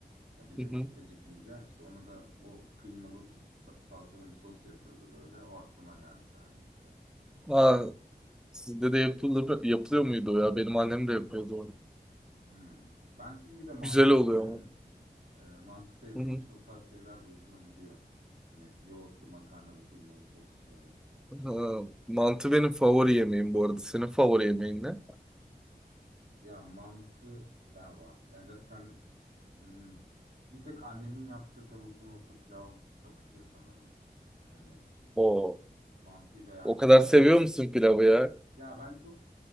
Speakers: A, on the right (about 55°); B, in the centre.
A: Ya biz
B: Hı
A: acı-
B: hı.
A: acıkınca işte ona da o kıymalı sa- salçalı bir sos yapıyordu böyle. O aklıma geldi sen deyince.
B: Aa, sizde de yapılır, yapılıyor muydu o ya? Benim annem de yapıyordu onu.
A: Hmm. Ben çünkü bir de mantı
B: Güzel
A: çok
B: oluyor
A: severim.
B: ama.
A: E, mantı sevdiğim
B: Hı hı.
A: için o tarz şeyler de hoşuma gidiyor. Hani yoğurtlu, makarnalı, kıymalı, soslu şeyler.
B: Aa, mantı benim favori yemeğim bu arada. Senin favori yemeğin ne?
A: Ya mantı galiba. Yani zaten hmm, bir tek annemin yaptığı tavuklu nohutlu pilav kapışıyor sanırım. Hani
B: O,
A: mantıyı bayağı
B: o
A: severim.
B: kadar seviyor musun pilavı ya?
A: Ya ben çok